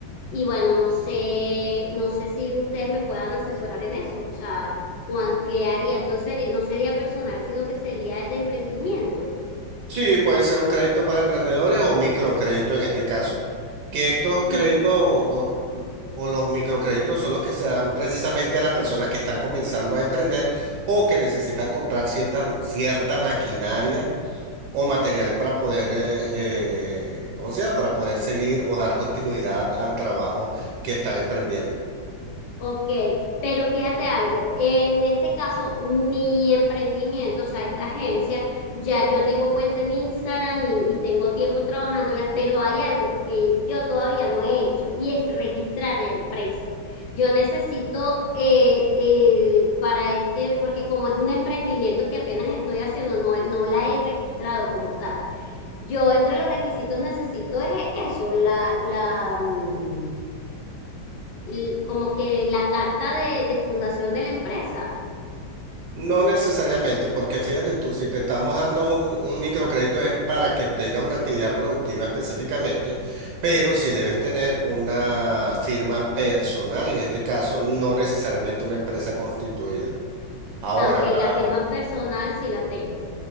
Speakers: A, on the left; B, on the right.
A: y bueno, no sé, no sé si ustedes me puedan asesorar en eso, o sea, cuán- qué haría, entonces sería- no sería personal, sino que sería de emprendimiento.
B: Sí, puede ser un crédito para emprendedores o microcrédito en este caso. Que estos
A: ¿Y
B: créditos o, o los microcréditos son los que se dan precisamente a las personas que están comenzando a emprender o que necesitan comprar cierta, cierta maquinaria o materiales para poder, eh, eh, eh, ¿cómo se llama? Para poder seguir o dar continuidad al trabajo que están emprendiendo.
A: Ok, pero fíjate algo, en este caso, mi emprendimiento, o sea, esta agencia, ya yo tengo cuenta en Instagram y, y tengo tiempo trabajándola, pero hay algo que yo todavía no he hecho y es registrar la empresa. Yo necesito eh, eh, para este, porque como es un emprendimiento que apenas estoy haciendo, no, no la he registrado como tal. Yo entre los requisitos necesito es eso, la, la, mm, l- como que la carta de, de fundación de la empresa.
B: No necesariamente, porque fíjate tú, si te estamos dando un, un microcrédito es para que tengas una actividad productiva específicamente, pero si debes tener una firma personal, en este caso, no necesariamente una empresa constituida. Ahora,
A: Ah, ok,
B: para
A: la firma
B: un
A: personal sí la tengo.